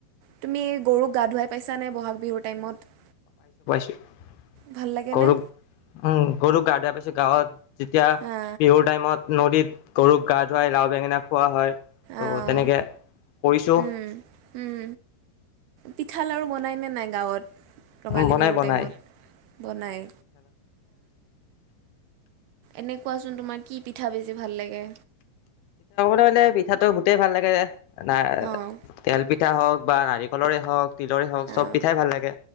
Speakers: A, on the right; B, on the left.
A: তুমি গৰুক গা ধুৱাই পাইছানে ব'হাগ বিহুৰ টাইমত
B: <inaudible>
A: ভাল লাগেনে
B: গৰুক উম গৰুক গা ধোৱাই পাইছো গাঁৱত যেতিয়া
A: হা
B: বিহুৰ টাইমত নদীত গৰুক গা ধুৱাই লাও বেঙেনা খোওৱা হয় ত'
A: অ'
B: তেনেকে কৰিছো
A: উম উম পিঠা লা়ৰু বনাইনে নাই গাঁৱত ৰঙালী
B: বনাই
A: বিহুৰ
B: বনাই
A: টাইমত বনাই এনে কোৱাচোন তোমাৰ কি পিঠা বেছি ভাল লাগে
B: লে পিঠাটো গুতেই ভাল লাগে যে <unintelligible> নাই
A: অঁ
B: তেল পিঠা হওক বা নাৰিকলৰে হওক তিলৰে হওক চব
A: অঁ
B: পিঠাই ভাল লাগে